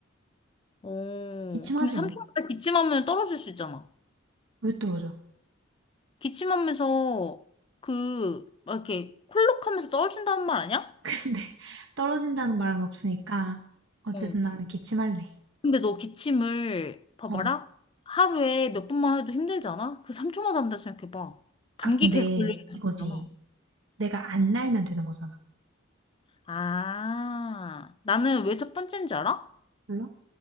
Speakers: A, on the left; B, on the right.
A: 어,
B: 기침하지
A: 근데 삼촌보다
B: 뭐.
A: 기침하면 떨어질 수 있잖아.
B: 왜 떨어져?
A: 기침하면서 그, 막 이렇게 콜록하면서 떨어진다는 말 아니야?
B: 근데 <laughs> 떨어진다는 말은 없으니까 어쨌든
A: 응.
B: 나는 기침할래.
A: 근데 너 기침을, 봐봐라.
B: 어.
A: 하루에 몇 번만 해도 힘들잖아? 그 3초마다 한다 생각해봐. 감기
B: 아 근데
A: 계속 걸리는 상태잖아.
B: 이거지. 내가 안 날면 되는 거잖아.
A: 아, 나는 왜 첫 번째인지 알아?
B: 몰라?